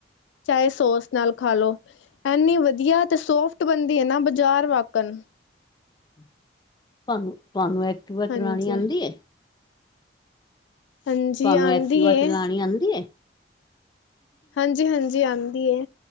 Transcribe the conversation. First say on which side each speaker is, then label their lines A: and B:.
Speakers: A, on the left (about 80°); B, on the left (about 20°).
A: ਚਾਹੇ ਸੋਸ ਨਾਲ ਖਾ ਲਓ ਐਨੀ ਵਧੀਆ ਤੇ ਸੋਫਟ ਬਣਦੀ ਹੈ ਨਾ ਬਾਜ਼ਾਰ ਵਾਕਨ
B: ਤੁਹਾਨੂੰ ਤੁਹਾਨੂੰ ਇੱਕ ਐਕਟੀਵਾ ਚਲਾਉਣੀ
A: ਹਾਂਜੀ
B: ਆਉਂਦੀ ਐ
A: ਹਾਂਜੀ
B: ਤੁਹਾਨੂੰ
A: ਆਉਂਦੀ
B: ਐਕਟੀਵਾ
A: ਏ
B: ਚਲਾਉਣੀ ਆਉਂਦੀ ਐ
A: ਹਾਂਜੀ ਹਾਂਜੀ ਆਉਂਦੀ ਏ